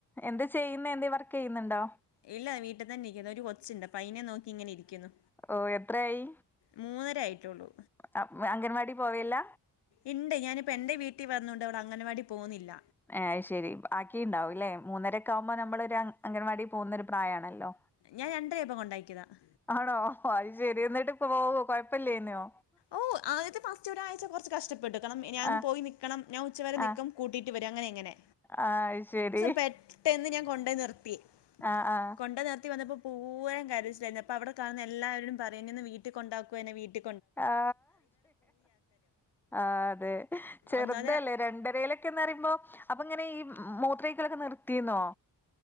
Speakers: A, in the centre; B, on the left.
A: എന്ത് ചെയ്യുന്നെ എന്തേ വർക്കെയ്യുന്നുണ്ടോ?
B: ഇല്ല വീട്ടിതെന്നിക്കുന്നു ഒരു കൊച്ചുണ്ട് പ്പയിനെ നോക്കിങ്ങനിരിക്കുന്നു
A: ഓ എത്രയായി
B: മൂന്നരായിട്ടുള്ളൂ
A: അ അംഗൻവാടി പോവേല്ല
B: ഇണ്ട് ഞാനിപ്പോ എന്റെ വീട്ടീ വന്നോണ്ട് അവള് അംഗൻവാടി പോവുന്നില്ല
A: ഏ അയ്ശരി ആക്കീണ്ടാവുംല്ലേ മൂന്നരൊക്കാവുമ്പോ നമ്മളൊരു അംഗൻവാടി പോകുന്നൊരു പ്രായാണല്ലോ
B: ഞാൻ രണ്ടരയപ്പം കൊണ്ടാക്കിയതാണ്
A: ആണോ ഒ അയ്ശരി എന്നിട്ട് പോവോ കൊഴപ്യല്ലയ്നോ
B: ഓ ആദ്യത്തെ പച്ച ഒരാഴ്ച കൊർച്ച് കഷ്ടപ്പെട്ട്ക്കണം ഞാൻ
A: ആ
B: പോയി നിക്കണം ഞാൻ ഉച്ചവരെനിക്കും
A: ആ
B: കൂട്ടീട്ട് വരും അങ്ങനിങ്ങനെ
A: ആ അയ്ശെരി
B: പെട്ടെന്ന് ഞാൻ കൊണ്ടോയ് നിർത്തി
A: ആ ആഹ്
B: കൊണ്ടേനിർത്തി വന്നപ്പോ പൂവ്വേന്ന് കരച്ചിലാരുന്നു അപ്പവടെ കാണുന്ന എല്ലാവരോടും പറയും എന്നൊന്ന് വീട്ടീ കൊണ്ടാക്കുവോ എന്നെ വീട്ടീ
A: ആ ആ അതെ ചെറുതല്ലേ
B: ഒന്നാതെ
A: രണ്ടരയില ക്കുന്നറീമ്പോ അപ്പൊങ്ങനെ ഈ മൂത്രേക്കലൊക്കെ നിർത്തീന്നോ